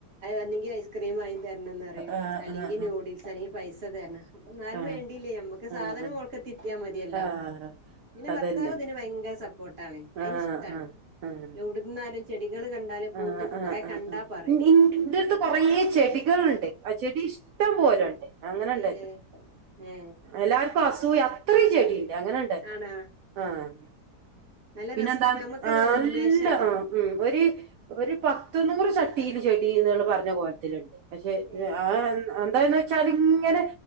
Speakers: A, on the right; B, on the right.
A: ഒന്നെങ്കി ഐസ്ക്രീം ആയി രണന്നറയും
B: ആഹ്
A: അല്ലെങ്കിൽ
B: ആഹ് ആഹ് ആഹ് ആഹ്
A: നൂഡിൽസ് അല്ലെങ്കിൽ പൈസ തരണം അപ്പ ന്നാലും
B: ആഹ് ആഹ്
A: വേണ്ടില്ല നമുക്ക് സാധനം
B: ആഹ് ആഹ്
A: മോൾക്ക് കിട്ടിയാ മതിയല്ല
B: ആഹ്
A: പിന്നെ
B: അതന്നെ
A: ഭർത്താവ് ഇതിന് ഭയങ്കര സപ്പോർട്ടാണ് അയിന്ന്
B: ആഹ്
A: ഇഷ്ടാണ്
B: ആഹ് ആഹ്
A: എവിടുന്നാലും <unintelligible> കണ്ടാല് പൂട്ട്
B: ആഹ് ആഹ്
A: കുറെ
B: ആഹ്
A: കണ്ടാ
B: ആഹ്
A: പറയും
B: ഇന്റെടുത്ത് കൊറെ ചെടികളുണ്ട് ആഹ് ചെടി ഇഷ്ടം പോലെണ്ട് അങ്ങനെ ഉണ്ടാല്ലോ
A: ഏ ഏ
B: എല്ലാവർക്കും അസൂയ അത്രയും ചെടികള്ണ്ട് അങ്ങനെ ഉണ്ടല്ലോ
A: ആണോ
B: ആഹ്
A: നല്ല
B: പിന്നെന്താ
A: രസാണ് നമ്മുക്കൊരു
B: ആഹ്
A: ഉന്മേഷാണ്
B: നല്ല ആഹ് ഉം ഒരു ഒരു പത്ത് നൂറ് ചട്ടിയില് ചെടിന്ന് പറഞ്ഞ കോലത്തിലുണ്ട് പക്ഷെ
A: ഏ
B: അഹ് എന്താന്ന് വെച്ചാൽ ഇങ്ങനെ